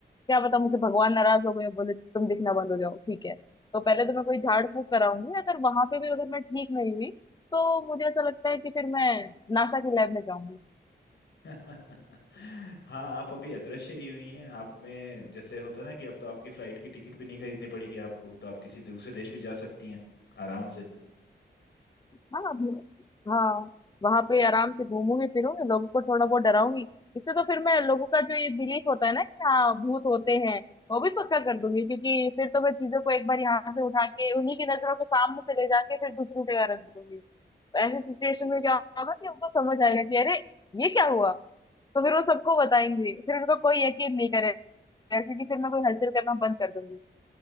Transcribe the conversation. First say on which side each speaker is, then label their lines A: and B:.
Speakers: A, on the left (about 25°); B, on the left (about 85°).
A: क्या पता मुझे भगवान नाराज हो गए बोले तुम दिखना बंद हो जाओ ठीक है तो पहले तो मैं कोई झाड़ फूक कराऊंगी अगर वहां पे भी अगर मैं ठीक नहीं हुई तो मुझे ऐसा लगता है कि फिर मैं नासा के लैब में जाऊंगी
B: <laughs> हाँ आप अभी अदृश्य ही हुई हैं आप में जैसे होता है ना कि अब तो आपकी फ्लाइट की टिकट भी नहीं खरीदनी पड़ेगी आपको तो आप किसी दूसरे देश भी जा सकती हैं आराम से
A: हाँ अब- हाँ वहां पे आराम से घूमूंगी फिरूंगी लोगों को थोड़ा बहुत डराऊंगी इससे तो फिर मैं लोगों का जो ये बिलीफ होता है ना कि हाँ भूत होते हैं वो भी पक्का कर दूंगी क्योंकि फिर तो मैं चीजों को एक बार यहाँ से उठा के उन्हीं की नजरों के सामने से ले जाके फिर दूसरी जगह रख दूंगी तो ऐसे सिचुएशन में क्या होगा कि उनको समझ आएगा कि अरे ये क्या हुआ तो फिर वो सबको बताएंगे फिर उनको कोई यकीन नहीं करेगा क्योंकि फिर मैं कोई हलचल करना बंद कर दूंगी